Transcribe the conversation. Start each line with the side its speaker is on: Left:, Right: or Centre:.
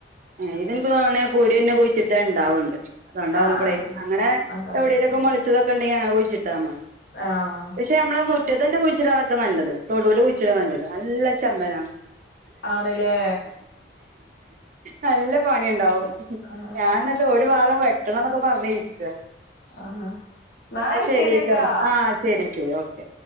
Right: എഹ്‌ ഇന് തോന്ന്ന്നെ കുരന്നെ കുഴിച്ചിട്ട് ഇണ്ടാവ്ണ്ട് അതോണ്ടാവുമ്പളേ
Left: ആഹ്
Right: അങ്ങനേ
Left: അതായിരിക്കും
Right: എവിടേലൊക്കെ മൊളിച്ചിതൊക്കെ ിച്ചിാതി
Left: ആഹ്
Right: പക്ഷെ നമ്മ മുറ്റ തന്നെ കുഴിച്ചടാ അതൊെ നല്ല തൊടുൽ കുഴിച്ചടാ നല്ലത് നല്ല ചമ്പളം
Left: ആണ്ല്ലേ
Right: നല്ല പണി ഉണ്ടാവും
Left: ആഹ്
Right: ഞാൻ എന്നിട്ട് ഒരു വാഗം വെട്ടണം എന്നൊക്കെ പറഞ്ഞിരിക്കു എന്നാ
Left: ആഹ് ന്നാ
Right: ശരി
Left: ശരിട്ടോ
Right: കേട്ടോ ആഹ ശരി ശരി ക്കെ